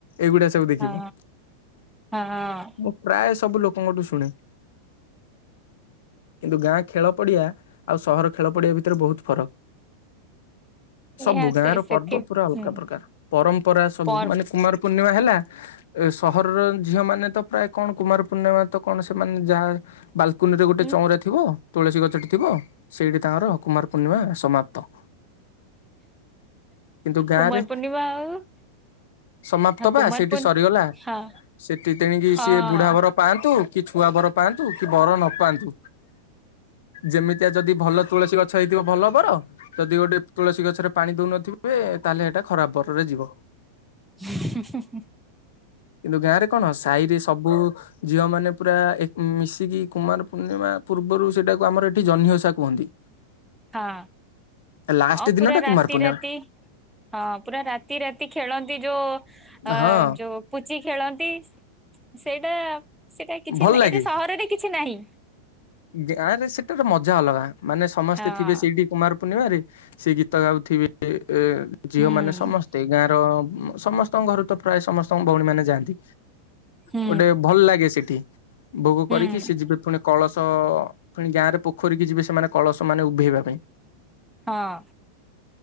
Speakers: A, on the left; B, in the centre.
A: ଏଇଗୁଡା ସବୁ ଦେଖିବୁ
B: ହଁ ହଁ
A: ମୁଁ ପ୍ରାୟ ସବୁ ଲୋକଙ୍କଠୁ ଶୁଣେ କିନ୍ତୁ ଗାଁ ଖେଳ ପଡିଆ ଆଉ ସହର ଖେଳ ପଡିଆ ଭିତରେ ବହୁତ ଫରକ
B: <inaudible>
A: ସବୁ
B: ଏଇଆ
A: ଗାଁ
B: ସେ
A: ର
B: ସେଥି
A: ପର୍ବ ପୁରା ଅଲଗା
B: ହୁଁ
A: ପ୍ରକାର ପରମ୍ପରା ସବୁ
B: ପର୍
A: ମାନେ କୁମାର ପୂର୍ଣ୍ଣିମା ହେଲା ଏ ସହରର ଝିଅ ମାନେ ତ ପ୍ରାୟ କଣ କୁମାର- ପୂର୍ଣ୍ଣିମା ତ କଣ ସେମାନେ ଯାହା ବାଲ- କୁନିରେ ଗୋଟେ
B: ଉଁ
A: ଚଉଁରା ଥିବ ତୁଳସୀ ଗଛଟି ଥିବ ସେଇଠି ତାଙ୍କର କୁମାର ପୂର୍ଣ୍ଣିମା ସମାପ୍ତ। କିନ୍ତୁ ଗାଁ
B: କୁମାର
A: ରେ
B: ପୂର୍ଣ୍ଣିମା ଆଉ,
A: ସମାପ୍ତ
B: ହଁ କୁମାର
A: ବା ସେଇଠି
B: ପୂର୍ଣ୍ଣ
A: ସରିଗଲା
B: ହଁ
A: ସେଠି ତେଣିକି
B: ହଁ
A: ସିଏ ବୁଢାବର। ପାଆନ୍ତୁ କି ଛୁଆ ବର ପାଆନ୍ତୁ କି ବର ନ ପାଆନ୍ତୁ। ଯେମିତିଆ ଯଦି ଭଲ ତୁଳସୀ ଗଛ ହେଇଥିବ ଭଲ ଵର ଯଦି ଗୋଟେ ତୁଳସୀ ଗଛରେ ପାଣି ଦଉନଥିବେ ତାହେଲେ ଏଇଟା ଖରାପ ବରରେ ଯିବ।
B: ହ ହଁ ହଁ
A: କିନ୍ତୁ ଗାଁ ରେ କଣ ସାହିରେ ସବୁ ଝିଅ ମାନେ ପୁରା ଏକ ମିଶିକି କୁମାର ପୂର୍ଣ୍ଣିମା ପୂର୍ବରୁ ସେଟାକୁ ଆମର ଏଠି ଜହ୍ନି ଓସା କୁହନ୍ତି।
B: ହଁ।
A: ଲାଷ୍ଟ
B: ହଁ
A: ଦିନ
B: ପୁରା
A: ଟା
B: ରାତି
A: କୁମାର ପୂର୍ଣ୍ଣିମା
B: ରାତି ହଁ ପୁରା ରାତି ରାତି ଖେଳନ୍ତି। ଯୋଉ ଅ
A: ହଁ
B: ଯୋଉ ପୁଚି ଖେଳନ୍ତି। ସେଇଟା ସେଇଟା କିଛି
A: ଭଲ
B: ନାଁ
A: ଲାଗେ
B: ଏଇଟା ସହରରେ କିଛି ନାହିଁ।
A: ଗାଁ ରେ ସେଟାର ମଜା ଅଲଗା ମାନେ ସମସ୍ତେ
B: ହଁ
A: ଥିବେ ସେଇଠି। କୁମାର ପୂର୍ଣ୍ଣିମାରେ ସେ ଗୀତ ଗାଉଥିବେ ଝିଅ
B: ହୁଁ
A: ମାନେ ସମସ୍ତେ ଗାଁରେ। ସମସ୍ତଙ୍କ ଘରୁ ତ ପ୍ରାୟ ସମସ୍ତଙ୍କ ଭଉଣୀ ମାନେ ଯାଆନ୍ତି‌।
B: ହୁଁ
A: ଗୋଟେ ଭଲ ଲାଗେ ସେଠି। ଭୋଗ
B: ହୁଁ
A: କରିକି ସେ ଯିବେ ପୁଣି କଳସ ପୁଣି ଗାଁ ରେ ପୋଖରୀ ଯିବେ ସେମାନେ କଳସ ମାନେ ଉଭେଇବା ପାଇଁ।
B: ହଁ।